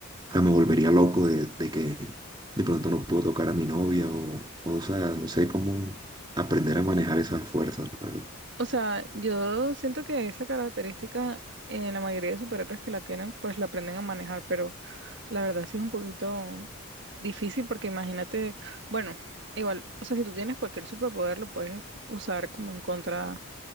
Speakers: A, on the right; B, on the right.
A: o sea, me volvería loco de, de que de pronto no puedo tocar a mi novia o, o sea, no sé cómo aprender a manejar esas fuerzas, la verdad.
B: o sea, yo siento que esa característica en la mayoría de superhéroes que la tienen, pues la aprenden a manejar, pero la verdad sí es un poquito difícil porque imagínate, bueno, igual, o sea, si tú tienes cualquier superpoder lo puedes usar como en contra